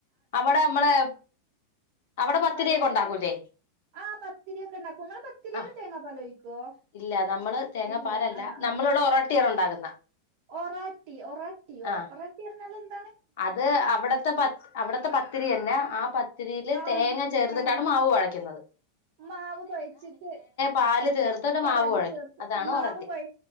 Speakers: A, on the left; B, on the right.
A: അവിടെ നമ്മള് അവിടെ
B: ആ
A: പത്തിരിയൊക്കെ
B: പറയൂ
A: ഉണ്ടാക്കൂലേ
B: ആ പത്തിരിക്കെ ണ്ടാക്കും ങ്ങള് പത്തിരിലും
A: ആ
B: തേങ്ങാപ്പാല് <unintelligible>
A: ഇല്ല നമ്മള് തേങ്ങാപ്പാലല്ല
B: ഇല്ല ആ ആ
A: നമ്മളിവിടെ ഒറോട്ടിയാണ് ഉണ്ടാക്കുന്ന
B: ഒറാട്ടി ഒറാട്ടിയോ
A: ആ
B: ഒറാട്ടിന്ന് പറഞ്ഞ എന്താ
A: അത് അവിടത്തെ പത് അവിടുത്തെ പ- ത്തിരിയന്നെ ആ പത്തിരിൽ
B: ആഹ്
A: തേങ്ങ ചേർത്തിട്ടാണ്
B: ആഹ്
A: മാവ് കൊഴയ്ക്കുന്നത്
B: മാവ് കൊഴച്ചിട്ട്
A: പാല് ചേർത്തിട്ട്
B: പാല്
A: മാവ് കുഴയ്ക്കും
B: ചേർത്ത്
A: അതാണ്
B: മാവ്
A: ഒറട്ടി
B: കൊഴ